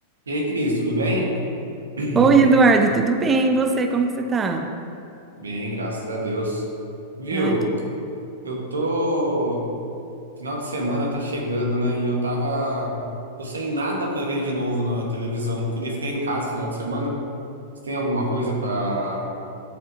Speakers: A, on the right (about 80°); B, on the right (about 20°).
A: E aí, Cris, tudo bem? <clears throat>
B: Oi, Eduardo, tudo bem? E você, como que você tá?
A: Bem, graças a Deus. Viu?
B: Ai, que-
A: Eu tô. Final de semana tá chegando, né? E eu tava. Tô sem nada pra ver de novo na televisão. Queria ficar em casa no final de semana. Você tem alguma coisa pra,